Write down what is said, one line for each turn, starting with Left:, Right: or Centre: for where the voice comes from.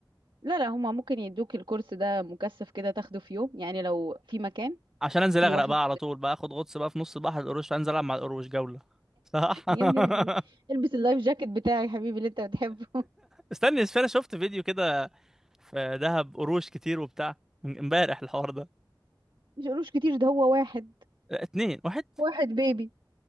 Right: لا لا هما ممكن يدوك الكورس ده مكثف كده تاخده في يوم يعني لو في مكان
Centre: عشان انزل
Right: في
Centre: اغرق
Right: واحد
Centre: بقى على طول بقى اخد غطس بقى في نص بحر القروش انزل العب مع القروش جوله صح <laughs>
Right: يا ابني لا، ما انت- البس اللايف جاكيت بتاعي يا حبيبي اللي انت بتحبه <laughs>
Centre: استني بس انا شفت فيديو كده في دهب قروش كتير وبتاع من امبارح الحوار ده
Right: مش قروش كتير ده هو واحد
Centre: لا، اتنين واحد
Right: واحد بيبي